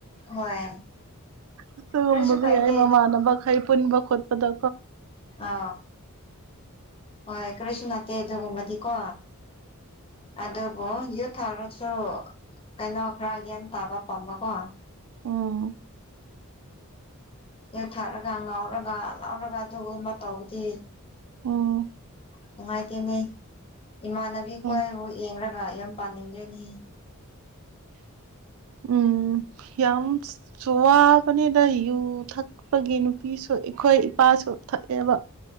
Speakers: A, on the left; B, on the right.
A: ꯍꯣꯏ
B: ꯑꯗꯨꯒꯨꯝꯕꯗꯨ
A: ꯀꯔꯤꯁꯨ ꯀꯥꯏꯗꯦ
B: ꯌꯥꯏ ꯃꯃꯥꯟꯅꯕ ꯃꯈꯩ ꯄꯨꯟꯕ ꯈꯣꯠꯄꯗ
A: ꯑ ꯍ ꯍꯣꯏ ꯀꯔꯁꯨ ꯅꯠꯇꯦ ꯑꯗꯨꯒꯨꯝꯃꯗꯤ ꯀꯣ ꯑꯗꯨꯕꯨ ꯌꯨ ꯊꯥꯛꯔꯁꯨ ꯀꯩꯅꯣ ꯈꯔ ꯒ꯭ꯌꯥꯟ ꯇꯥꯕ ꯄꯥꯝꯕ ꯀꯣ
B: ꯎꯝ
A: ꯅꯤ ꯌꯨꯊꯛꯔꯒ ꯉꯥꯎꯔꯒ ꯂꯥꯎꯔꯒ ꯑꯗꯨꯒꯝ ꯃꯇꯧꯕꯗꯤ
B: ꯎꯝ
A: ꯅꯨꯡꯉꯥꯏꯇꯦꯅꯦ ꯏꯃꯥꯟꯅꯕꯤ
B: ꯍꯣꯏ
A: ꯈꯣꯏꯕꯨ ꯌꯦꯡꯒ ꯈ ꯌꯨꯝ ꯄꯥꯅꯤꯡꯗ꯭ꯔꯦꯅꯤ
B: <inaudible> ꯎꯝ ꯌꯥꯝꯋꯥꯕꯅꯤꯗ ꯌꯨ ꯊꯛꯄꯒꯤ ꯅꯨꯄꯤ ꯄꯤꯁꯨ ꯑꯩꯈꯣꯏ ꯏꯄꯥꯁꯨ ꯊꯛꯑꯦꯕ